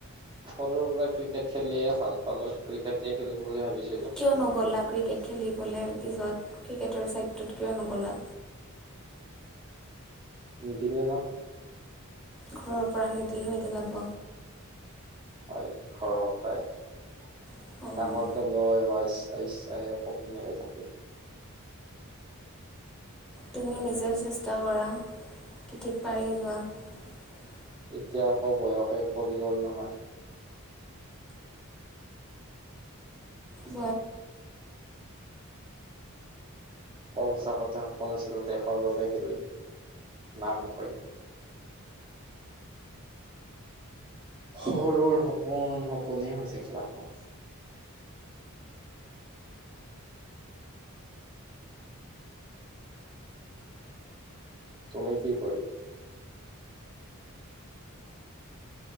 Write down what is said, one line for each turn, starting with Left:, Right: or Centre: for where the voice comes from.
Right: সৰুৰে পৰা ক্ৰিকেট খেলিয়ে ভাল পালো ক্ৰিকেটে খেলিম বুলি ভাবিছো।
Centre: কিয় নগ'লা ক্ৰিকেট খেলিবলে, তাৰপিছত ক্ৰিকেটৰ ছাইডটোত কিয়া নগ'লা।
Right: নদিলে ন
Centre: ঘৰৰ পৰা নিদিলে নেকি যাব।
Right: হয় খৰপ হয় <unintelligible>
Centre: অঁ
Right: ডাঙৰ খেল গৈ হোৱাইছ, ইচ্ছা ইচ্ছাই সপোনে হৈ থাকিল
Centre: তুমি নিজেও চেষ্টা কৰা কি থিক পাইযে যোৱা <unintelligible>
Right: এতিয়া আকৌ বয়সে উকলি গ'ল নহয়
Centre: বাৰ
Right: স সঁচাকতে সপোন আছিল দেশৰ বাবে খেলি নাম কৰি সৰুৰ সপোন সপোনে হৈ থাকিল আকৌ তুমি কি কৰি